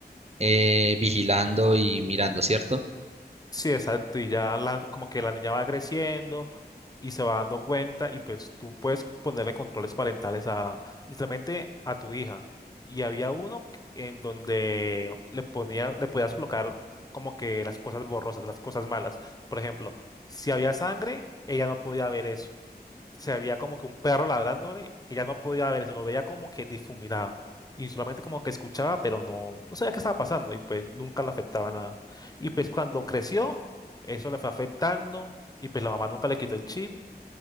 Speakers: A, on the right; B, on the left.
A: eh, vigilando y mirando, ¿cierto?
B: Sí, exacto. Y ya la, como que la niña va creciendo y se va dando cuenta y pues tú puedes ponerle controles parentales a literalmente a tu hija. Y había uno que- en donde le ponía, le podías bloquear como que las cosas borrosas, las cosas malas. Por ejemplo, si había sangre, ella no podía ver eso se veía como que un perro ladrándole, ella no podía ver eso, lo veía como que difuminado. Y solamente como que escuchaba, pero no, no sabía qué estaba pasando y pues nunca le afectaba nada. Y pues cuando creció, eso le fue afectando y pues la mamá nunca le quitó el chip.